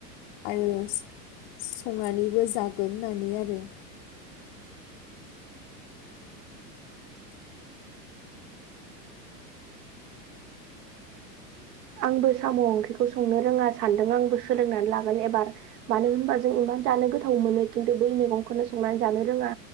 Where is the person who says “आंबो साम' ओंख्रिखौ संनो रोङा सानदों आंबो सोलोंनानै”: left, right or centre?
Right